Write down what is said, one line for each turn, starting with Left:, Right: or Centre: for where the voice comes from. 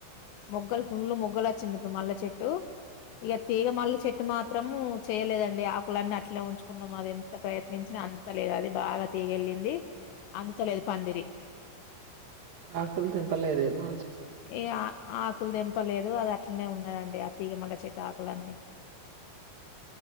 Left: మొగ్గలు ఫుల్ మొగ్గలు వచ్చింది ఇప్పుడు మల్లె చెట్టు ఇగ తీగ మల్లె చెట్టు మాత్రము చేయలేదండి ఆకులన్నీ అట్లే ఉంచుకున్నాము అది ఎంత ప్రయత్నించినా అందుతలేదు అది బాగా తీగెళ్ళింది అందుతలేదు పందిరి
Right: ఆకులు తింటలే దేమొ
Left: ఏ ఆ ఆకులదేం పలేదు అది అట్లనే ఉన్నదండి ఆ తీగ మల్లె చెట్టు ఆకులన్నీ